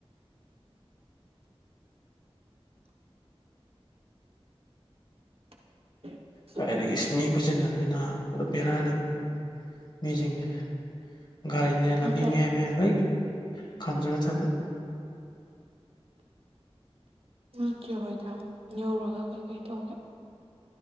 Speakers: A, on the right; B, on the left.
A: <inaudible>
B: ꯀꯥꯏꯗꯒꯤ ꯏꯁ ꯃꯤ ꯈꯨꯠꯆꯤꯟ ꯑꯝꯅꯤꯅ ꯄꯨꯔꯥ ꯕꯦꯔꯥꯅꯤꯀꯣ ꯃꯤꯁꯤꯡꯁꯦ ꯒꯥꯔꯤꯅꯦꯅ ꯂꯝꯕꯤ
A: ꯅꯠꯇ꯭ꯔꯦ
B: ꯃꯌꯥꯏ ꯃꯌꯥꯏ ꯂꯣꯏ ꯈꯥꯝꯖꯤꯜꯂꯒ ꯊꯝꯃꯦ
A: ꯅꯣꯏ ꯆꯦ ꯍꯣꯏꯗ ꯌꯧꯔꯒ ꯀꯩꯀꯩ ꯇꯧꯒꯦ